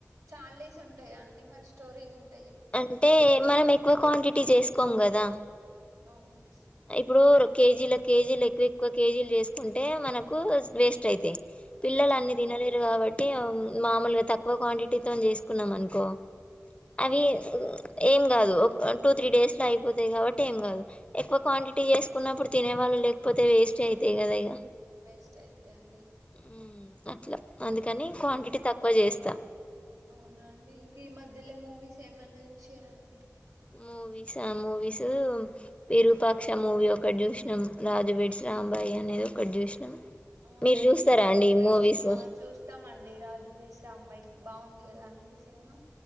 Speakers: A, on the right; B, on the left.
A: చాలా డేస్ ఉంటాయా అ మరి స్టోరేజ్ ఉన్
B: అంటే మనం ఎక్కువ క్వాంటిటీ చేసుకోం కదా
A: అవును
B: ఇప్పుడు కేజీల కేజీలు ఎక్కువ ఎక్కువ కేజీలు చేసుకుంటే మనకు వేస్ట్ అవుతాయి పిల్లలు
A: అవును
B: అన్నీ తినలేరు కాబట్టి అ మామూలుగా తక్కువ క్వాంటిటీతో చేసుకున్నాం అనుకో అవి ఏం కాదు ఒక టూ త్రీ డేస్ లో అయిపోతాయి కాబట్టి ఏం కాదు ఎక్కువ క్వాంటిటీ చేసుకున్నప్పుడు తినేవాళ్ళు లేకపోతే వేస్ట్ అవుతాయి కదా ఇక
A: వేస్ట్ అయితే అండి
B: హ్మ్ అట్లా అందుకని క్వాంటిటీ తక్కువ చేస్తా
A: అవున అండి ఇంక ఈ మధ్యలో మూవీస్ ఏమన్నా చూసిరా అండి
B: మూవీస్ ఆ మూవీస్ విరూపాక్ష మూవీ ఒకటి చూసినాం రాజు వెడ్స్ రాంబాయి
A: ఆ
B: అనేది ఒకటి చూసినాం
A: అవునండి
B: మీరు చూస్తారా
A: రాజు
B: అండి
A: వెడ్స్
B: మూవీస్
A: ఆ చూస్తామండి నీ రాజు వెడ్స్ రాంబాయ్ బాగుంది కదా అండి సినిమా